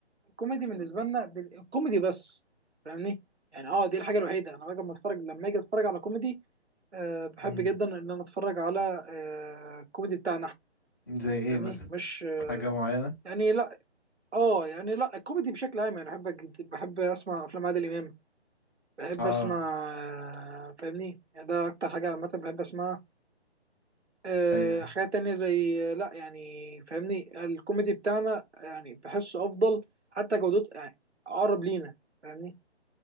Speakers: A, on the right; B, on the left.
A: الكوميدي بالنسبه لنا بال- الكوميدي بس فاهمني يعني اه دي الحاجه الوحيده انا باجي لما اتفرج لما اجي اتفرج على كوميدي أه بحب
B: امم
A: جدا ان انا اتفرج على أه الكوميدي بتاعنا احنا
B: زي ايه
A: فاهمني
B: مثلا
A: مش أه
B: حاجة معينة
A: يعني لا اه يعني لا الكوميدي بشكل عام يعني بحب أج- بحب اسمع افلام عادل امام بحب
B: اه
A: اسمع أه فاهمني يعني ده اكتر حاجه عامه بحب اسمعها أه
B: ايوه
A: حاجات تانية زي آه، لا يعني فاهمني الكوميدي بتاعنا يعني بحسه افضل حتى جودته يعني اقرب لينا فاهمني